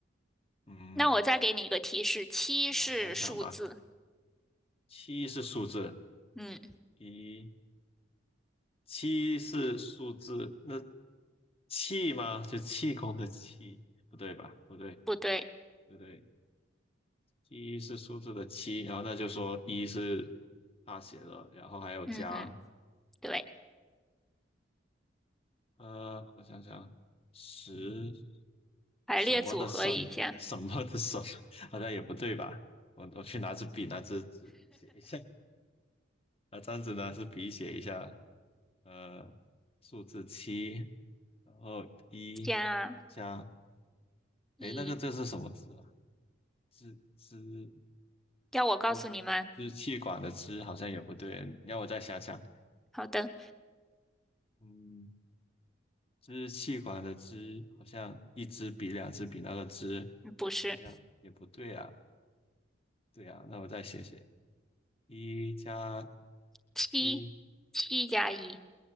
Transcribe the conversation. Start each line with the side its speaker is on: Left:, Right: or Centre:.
Left: 嗯，
Centre: 那我再给你一个提示，七是数字，
Left: 那我想想吧，七是数字
Centre: 嗯，
Left: 一，七是数字，那气吗？就气功的气，不对吧？不对，
Centre: 不对，
Left: 不对。一是数字的七，然后那就说一是大写的，然后还有加
Centre: 嗯嗯，对。
Left: 呃，我想想，十
Centre: 排列组合一下，
Left: 什么的什什么的什，<laughs> 好像也不对吧？我我去拿支笔，拿支纸写一下，拿张纸，拿支笔写一下，呃，数字七，然后一
Centre: 加
Left: 加，诶，
Centre: 一。
Left: 那个这是什么字啊？支支
Centre: 要我告诉你们？
Left: 支支气管的支好像也不对，你让我再想想，
Centre: 好的，
Left: 嗯。支气管的支，好像一支比两支比那个支，
Centre: 不是
Left: 好像也不对啊。对啊，那我再写写，一加
Centre: 七，
Left: 一
Centre: 七加一，